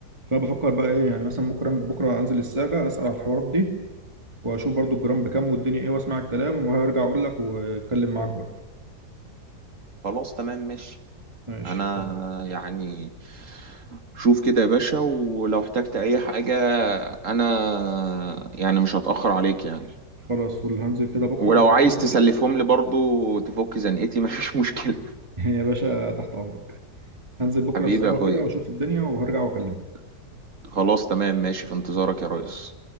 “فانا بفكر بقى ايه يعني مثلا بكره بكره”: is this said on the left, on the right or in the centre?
Right